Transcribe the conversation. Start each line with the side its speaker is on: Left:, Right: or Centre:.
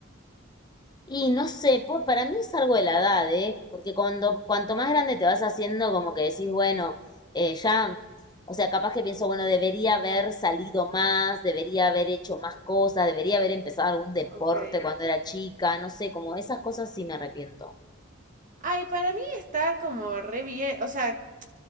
Left: Y no sé, pues para mí es algo de la edad, ¿eh? Porque cuando, cuanto más grande te vas haciendo, como que decís, bueno, eh, ya, o sea, capaz que pienso, bueno, debería haber salido más, debería haber hecho más cosas, debería haber empezado algún deporte
Right: Ok.
Left: cuando era chica, no sé, como esas cosas sí me arrepiento.
Right: Ay, para mí está como re bien. O sea,